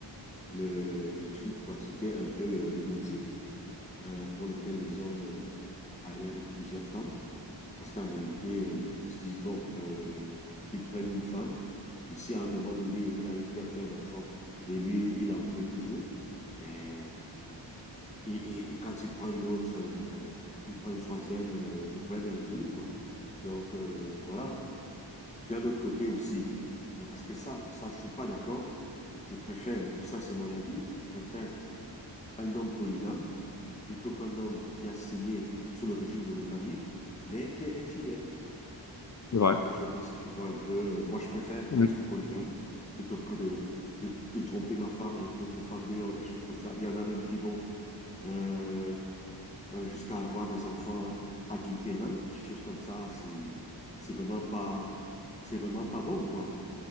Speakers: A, on the left; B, on the left.
A: le, le truc, quoi. C'était un peu le, le motif euh, pour lequel les hommes euh, allaient avec plusieurs femmes Parce qu'en réalité, euh, ils se disent, bon, euh, ils prennent une femme, et si à un moment donné, elle n'arrive plus à faire d'enfant, et lui, il en veut toujours, euh, et, et, et quand il prend une autre, euh, il prend une troisième, euh, le problème est résolu, quoi. Donc, euh, voilà. D'un autre côté aussi, hein, parce que ça, ça, je suis pas d'accord. Je préfère, ça c'est mon avis, je préfère un homme polygame plutôt qu'un homme qui a signé sous le régime monogamique, mais qui est infidèle.
B: C'est
A: Donc,
B: vrai.
A: euh, je sais pas si tu vois un peu. euh, moi, je préfère
B: Mm.
A: être polygame plutôt que de, de, de tromper ma femme avec d'autres femmes dehors, des choses comme ça. Il y en a même qui vont euh, euh, jusqu'à avoir des enfants adultérins, des choses comme ça. C'est c'est vraiment pas c'est vraiment pas bon, quoi.